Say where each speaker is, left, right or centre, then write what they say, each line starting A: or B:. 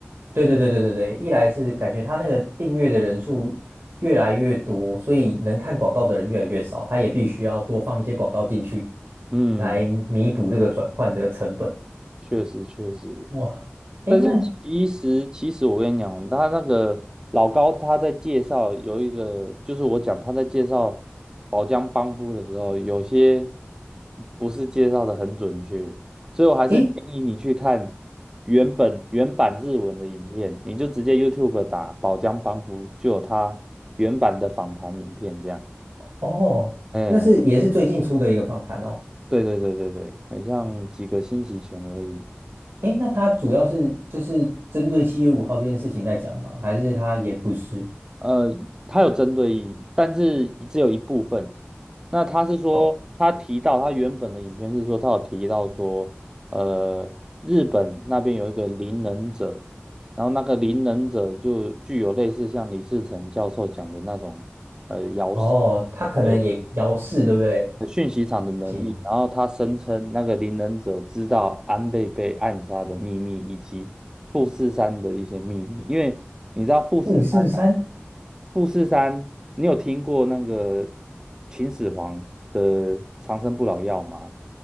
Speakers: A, on the right (about 80°); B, on the right (about 15°).
A: 对对对对对对，一来是感觉他那个订阅的人数越来越多，所以能看广告的人越来越少，他也必须要多放一些广告进去，
B: 嗯，
A: 来弥补这个转换的成本。
B: 确实确实。
A: 哇，诶，
B: 但是其实，
A: 那
B: 其实我跟你讲，他那个老高他在介绍有一个，就是我讲他在介绍宝江帮夫的时候，有些不是介绍的很准确，所以我还是建议你去看原本原版日文的影片，
A: 诶，
B: 你就直接 YouTube 打宝江帮夫，就有他原版的访谈影片这样。
A: 哦，
B: 哎，
A: 那是也是最近出的一个访谈哦。
B: 对对对对对，很像几个星期前而已。
A: 哎，那它主要是就是针对七月五号这件事情在讲吗？还是它也不是？
B: 呃，他有针对，意义，但是只有一部分。那他是说，
A: 哦
B: 他提到他原本的影片是说，他有提到说，呃，日本那边有一个灵能者，然后那个灵能者就具有类似像李自成教授讲的那种，呃，
A: 哦，它可能也遥四，
B: 还有。
A: 对不对？
B: 讯息场的能力，
A: 行，
B: 然后他声称那个灵能者知道安倍被暗杀的秘密以及富士山的一些秘密，因为你知道富士山啊，
A: 五四三
B: 富士山，你有听过那个秦始皇的长生不老药吗？